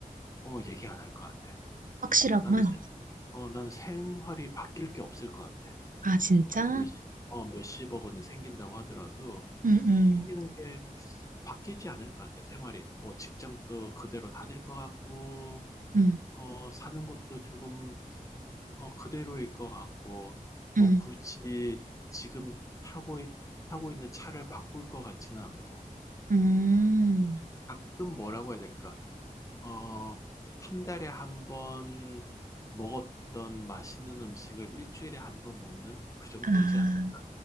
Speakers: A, on the left; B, on the right.
A: 어, 얘기 안 할 것 같아.
B: 확실하구만.
A: 나는, 생- 어, 나는 생활이 바뀔 게 없을 것 같아.
B: 아, 진짜?
A: 그 몇십, 어, 몇십억 원이 생긴다고 하더라도
B: 음, 음.
A: 생기는 게 바뀌지 않을 것 같아. 생활이. 뭐 직장도 그대로 다닐 것 같고,
B: 음.
A: 어, 사는 것도 조금 어, 그대로일 것 같고, 뭐
B: 음.
A: 굳이 지금 타고, 있- 타고 있는 차를 바꿀 것 같지는 않고,
B: 음.
A: 가끔 뭐라고 해야 될까? 어, 한 달에 한 번 먹었던 맛있는 음식을 일주일에 한 번 먹는 그 정도지
B: 아,
A: 않을까?